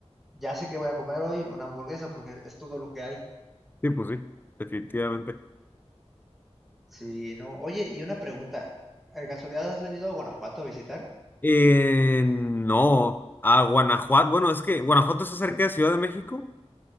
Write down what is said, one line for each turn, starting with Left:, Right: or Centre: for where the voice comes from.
Centre: ya sé que voy a comer hoy una hamburguesa porque es todo lo que hay.
Left: Sí, pues sí, definitivamente.
Centre: Sí, no. Oye, y una pregunta, ¿de casualidad has venido a Guanajuato a visitar?
Left: Eh, no, a Guanajuato. Bueno, es que Guanajuato está cerca de Ciudad de México.